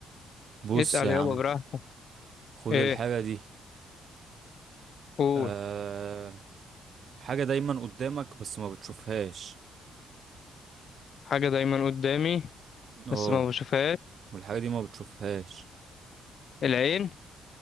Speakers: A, on the right; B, on the left.
A: بص
B: اسأل
A: يا
B: يابا
A: عم
B: براحتك
A: خد
B: ايه
A: الحاجة دي
B: قول
A: آه حاجة دايما قدامك بس ما بتشوفهاش
B: حاجة دايما قدامي
A: اه
B: بس ما بشوفهاش
A: والحاجة دي ما بتشوفهاش
B: العين